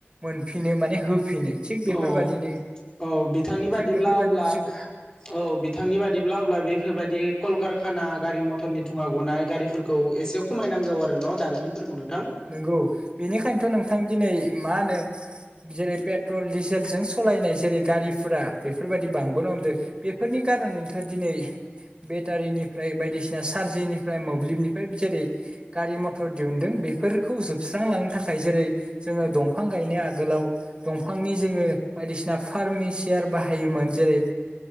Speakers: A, on the right; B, on the left.
A: मोनफिनो माने होफिनो थिग बेफोरबादिनो
B: औ औ बिथांनि बादिब्ला
A: थिग बेफोरबायदिनो
B: अब्ला
A: जों
B: औ बिथांनि बादिब्ला अब्ला बेफोरबायदि कलकारखाना गारि मथरनि थुंङा गनाय गारिफोरखौ एसे खमायनांगौ आरो न' दारिमिनफोरखौनो
A: नंगौ बेनिखायनोथ' नोंथां दिनै मा होनो जेरै पेट पेट्रल डिजेलजों सलायनाय जेरै गारिफोरा बेफोरबायदि बांबोनो हमदों बेफोरनि खारनैनोथ' दिनै यै बेटारिनिफ्राय बायदिसिना चार्जिनिफ्राय मोब्लिबनिफ्राय जेरै गारि मथर दिहुनदों बे फोरखौ जोबस्रांलांनो थाखाय जेरै जोंङो दंफां गायनो आगोलाव दंफांनि जोंङो बायदिसिना फारमेसियार बाहायोमोन जेरै